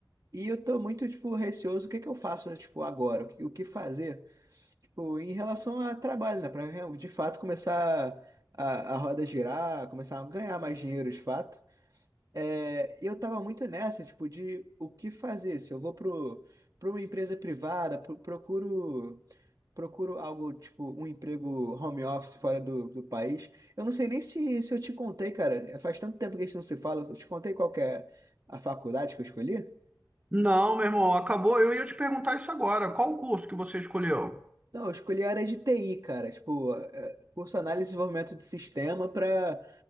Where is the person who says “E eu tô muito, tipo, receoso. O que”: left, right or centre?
Right